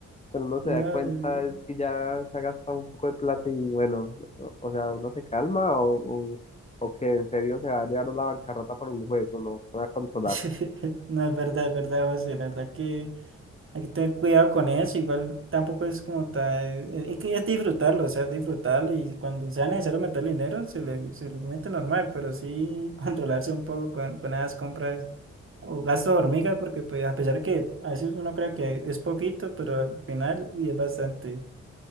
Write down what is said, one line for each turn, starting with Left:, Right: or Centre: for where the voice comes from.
Left: Cuando uno se
Right: no,
Left: da cuenta
Right: eh,
Left: es que ya se ha gastado un poco de plata y bueno, o, o sea, uno se calma o, o, o que en serio se va a llevar a la bancarrota por un juego, no se va a controlar.
Right: <laughs> no, es verdad, es verdad, José, la verdad que... Hay que tener cuidado con eso, igual tampoco es como tal, eh, hay que es disfrutarlo, o sea, disfrutarlo y cuando sea necesario meter dinero, se le, se le mete normal, pero sí <laughs> controlarse un poco con, con esas compras o gastos de hormiga, porque pues a pesar que a veces uno cree que es poquito, pero al final, uy, es bastante.